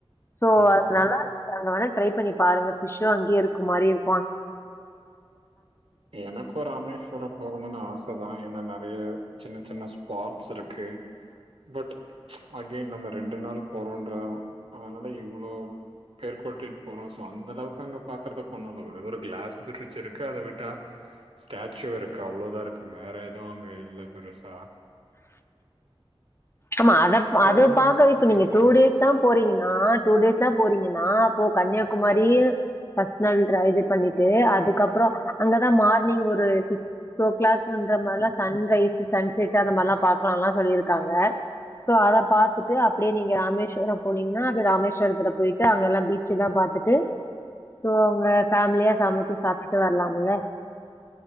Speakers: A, on the left; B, on the right.
A: சோ
B: ம்ஹ்ம்.
A: அது நல்லாருக்கு அதனால ட்ரை பண்ணி பாருங்க ஃபிஷ்ஷு அங்கியே இருக்க மாரி இருக்
B: எனக்கு ராமேஸ்வரோ போகணுன்னு ஆஸ் இப்ப தா ஏன்னா நெறைய சின்ன சின்ன ஸ்பாட்ஸ் இருக்கு பட் அகெய்ன் நம்ம ரெண்டு நாள் போறோன்ற அதனால இவ்ளோ பேர் கூட்டிட்டு போறோ சோ அந்த அளவுக்கு அங்க பாக்குறதுக்கு ஒண்ணுல்ல ஒரே ஒரு கிளாஸ் பிரிட்ஜ் இருக்கு அத விட்டா ஸ்டாச்சூ இருக்கு அவ்ளோதா இருக்கு வேற எதவு அங்க இல்ல பெருசா
A: ஆமா அதப்
B: ஸோ
A: அத
B: அதனால
A: பாக்கதுக்கு
B: தான் திங்க்
A: நீங்க டூ
B: பண்ணேன்.
A: டேஸ் தா போறீங்கன்னா டூ டேஸ் தா போறீங்கன்னா அப்போ கன்னியாகுமாரி ஃபர்ஸ்ட் நாள் டிரைவ் பண்ணிட்டு அதுக்கப்புறோ அங்கதா மார்னிங் ஒரு சிக்ஸ் ஓ கிளாக்கு குன்ற மாரில்லா சன் ரைஸ் சன் செட் அந்த மாரில்லா பாக்கலால்லா சொல்லிருக்காங்க சொல்லியிருக்காங்க சோ அத பாத்துட்டு அப்டியே நீங்க ராமேஸ்வரம் போனீங்கன்னா அப்டி ராமேஸ்வரத்துல போயிட்டு அங்கல்லா பீச் சில்லா பாத்துட்டு சோ அவுங்க ஃபேமிலியா சமச்சி சாப்ட்டுட்டு வரலாம்ல